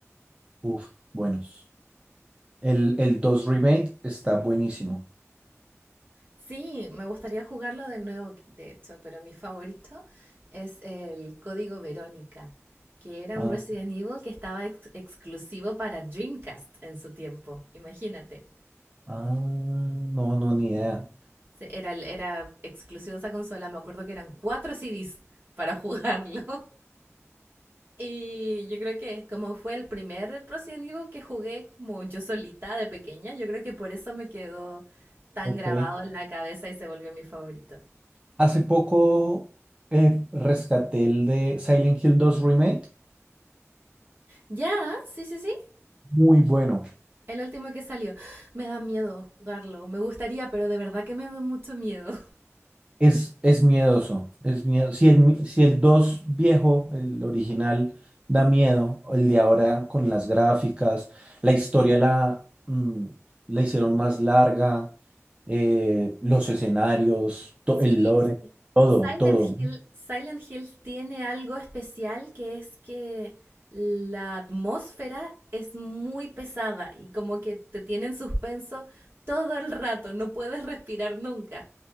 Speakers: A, on the right; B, on the right.
A: Uf, buenos. El, el 2 Remake está buenísimo.
B: Sí, me gustaría jugarlo de nuevo, de hecho, pero mi favorito es el Código Verónica, que era
A: Ah,
B: un Resident Evil que estaba ex- exclusivo para Dreamcast en su tiempo, imagínate.
A: ah, no, no, ni idea.
B: Sí, era, el- era exclusivo de esa consola, me acuerdo que eran cuatro CDs para <laughs> jugarlo. Y yo creo que como fue el primer Resident Evil que jugué como yo solita de pequeña, yo creo que por eso me quedó tan
A: Ok.
B: grabado en la cabeza y se volvió mi favorito.
A: Hace poco eh, rescaté el de Silent Hill dos Remake.
B: Ya, sí, sí, sí,
A: Muy bueno.
B: el último que salió. Me da miedo jugarlo, me gustaría, pero de verdad que me da mucho miedo.
A: Es, es miedoso, es miedo. Si el, mi- si el 2 viejo, el original, da miedo, el de ahora con las gráficas, la historia la, mm, la hicieron más larga, eh, los escenarios,
B: Sí,
A: to- el lore,
B: es que
A: todo,
B: Silent
A: todo.
B: Hill, Silent Hill tiene algo especial que es que la atmósfera es muy pesada y como que te tiene en suspenso todo el rato, no puedes respirar nunca.